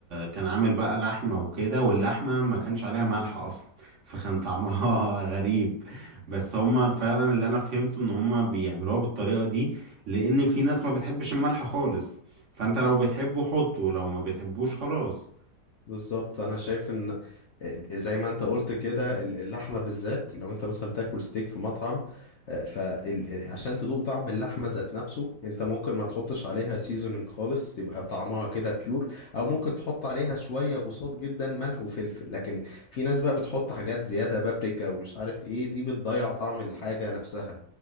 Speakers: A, on the right; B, on the left.
A: كان عامل بقى لحمة وكده واللحمة ما كانش عليها ملح اصلا فكان طعمها <laughs> غريب بس هما فعلا اللي انا فهمته ان هما بيعملوها بالطريقة دي لان في ناس ما بتحبش الملح خالص فانت لو بتحبه حطه لو ما بتحبوش خلاص
B: بالظبط انا شايف ان آه، زي ما انت قلت كده ال- اللحمه بالذات لو انت مثلا بتاكل ستيك في مطعم فعشان تدوق طعم اللحمه ذات نفسه انت ممكن ما تحطش عليها سيزونينج خالص يبقى طعمها كده بيور او ممكن تحط عليها شويه بساط جدا ملح وفلفل لكن في ناس بقى بتحط حاجات زياده بابريكا ومش عارف ايه دي بتضيع طعم الحاجه نفسها